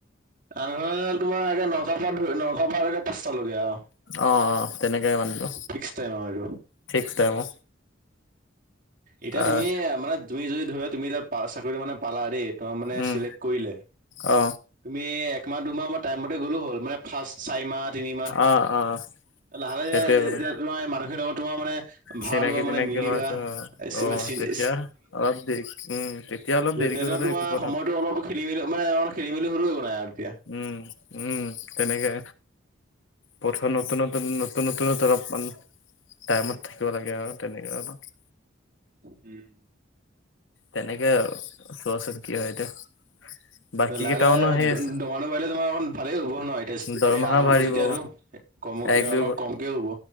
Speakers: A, on the right; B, on the left.
A: আঠ ঘণ্টা তোমাৰ নগাপাৰ ধ নগাপাৰে পাঁচটালৈকে আও
B: অ অ তেনেকাই মানিলো
A: ফিক্স টাইম আও এইটো
B: ফিক্স টাইম অ
A: এতিয়া
B: আহ
A: তুমি মানে তুমি যদি ধৰি তুমি এাত চাকৰিটো মানে পালা দেই তোমাৰ মানে
B: উম
A: চিলেক্ট কৰিলে।
B: অ
A: তুমি একমাহ দুমাহ টাইমতে গ'লো হ'ল মানে ফাৰ্ছ চাৰি মাহ তিনিমাহ
B: অ অ
A: লাহে লাহে
B: সেইটোৱে কথা
A: যেতিয়া তোমাৰ মানুহখিনিৰ লগত তোমাৰ মানে ভাল
B: চিনাকি
A: হ'ব মানে
B: তিনাকি
A: মিলিবা
B: হয়
A: এ, চি-
B: অ'
A: মানে চিন-
B: তেতিয়া অলপ দেৰি উম। অলপ
A: যেতিয়াটো
B: দেৰিকৈ গ'লেও
A: তোমাৰ
B: একো কথা
A: সময়তো
B: নাই।
A: অলপ খেলি মেলি মানে খেলি মেলি হ'লেও একো নাই আৰু তেতিয়া।
B: উম, উম, তেনেকে প্ৰথম নতুন নতুন নতুন নতুনত অলপমান টাইমত থাকিব লাগে আৰু তেনেকৈ অলপ।
A: উম।
B: তেনেকেই আৰু চোৱাচোন কি হয় এতিয়া। বাকী
A: লাহে
B: কেইটামানো
A: লাহে
B: সেই
A: দৰমহাটো
B: আছে
A: বাঢ়িলে তোমাৰ অকন ভালেই হ'ব ন' এতিয়া
B: দৰমহা
A: আৰম্ভ
B: বাঢ়িব
A: যেতিয়াতো। কম
B: এক দুই
A: অলপ কমকে হ'ব।